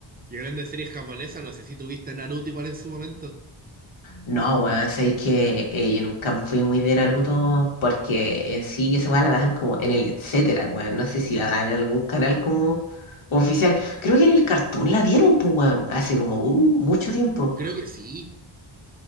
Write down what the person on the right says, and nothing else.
Y hablando de series japonesas, no sé si tuviste Naruto igual en su momento.
¿Ya?
Creo que sí.